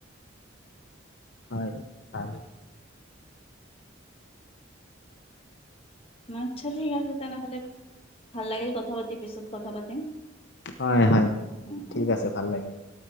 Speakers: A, on the left; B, on the left.
A: হয় ভাই
B: আচ্ছা ঠিক আছে তেনেহলে ভাল লাগিল কথা বা পিছত কথা পাতিম
A: হয় হয়
B: হম হম
A: ঠিক আছে ভাল লাগিল। আপোনাৰ লগত।